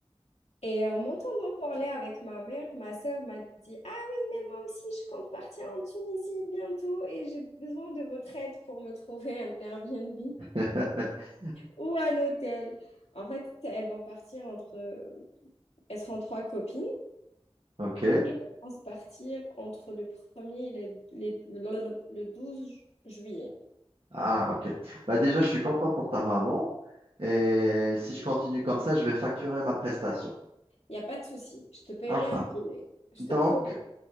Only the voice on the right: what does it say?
<laughs>
Ok.
Ah, ok. Bah déjà, je suis content pour ta maman. Et si
je continue comme ça, je vais facturer ma prestation.
Enfin,
donc,